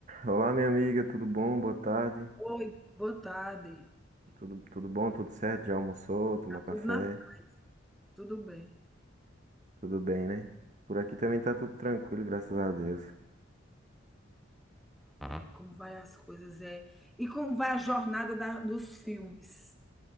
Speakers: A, on the right (about 35°); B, in the centre.
A: Olá, minha amiga, tudo bom? Boa tarde.
B: Oi, boa tarde.
A: Tudo, tudo bom? Tudo certo? Já almoçou? Tomou
B: Tá
A: café?
B: tudo na... Tudo bem.
A: Tudo bem, né? Por aqui também tá tudo tranquilo, graças a Deus.
B: E como vai as coisas é? E como vai a jornada da- dos filmes?